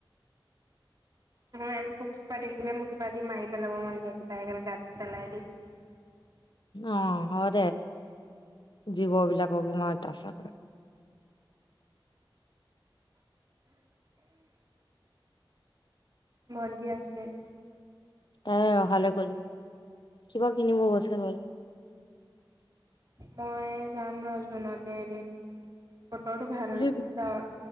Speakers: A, on the right; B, on the left.
A: মই পোক সোপা দেখিলে মোক কিবা দি মাৰি পেলাব মন যায় কিবা এগাল গাত পেলাই দি
B: অ হ'ব দে জীৱ বিলাকক ইমান অত্যাচাৰ কৰে
A: ভন্টি আছে
B: তাই ৰহালে গল কিবা কিনিব গৈছে হল
A: মই যাম আৰু জুনতে এদিন বতৰটো ভাল
B: আহিবি
A: ডাৱৰ